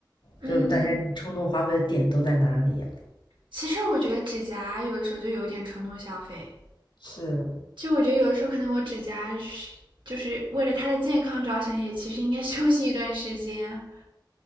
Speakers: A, on the right; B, on the left.
A: 嗯，
B: 就大家你冲动花费的点都在哪里呀、
A: 其实我觉得指甲有的时候就有一点冲动消费，
B: 是
A: 就我觉得有的时候可能我指甲是就是为了它的健康着想，也其实应该 <laughs> 休息一段时间，